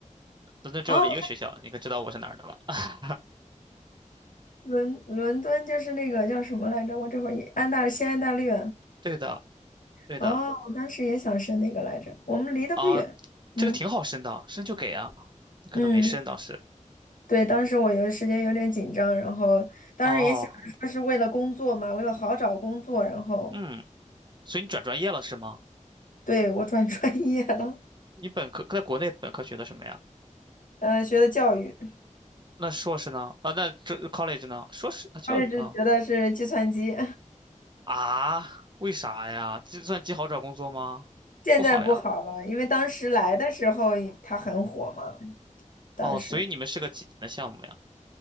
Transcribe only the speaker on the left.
哦，
伦伦敦就是那个叫什么来着？我这会儿也安大西安大略。
哦，我当时也想申那个来着，我们离得不远。
嗯
嗯，对，当时我有时间有点紧张，然后当时也想着说是为了工作嘛，
为了好找工作，然后
对我转 <laughs> 专业了，
呃，学的教育 c
o l l e 学的是计算机，
<laughs> 现在不好了，
因为当时来的时候也它很火嘛，当时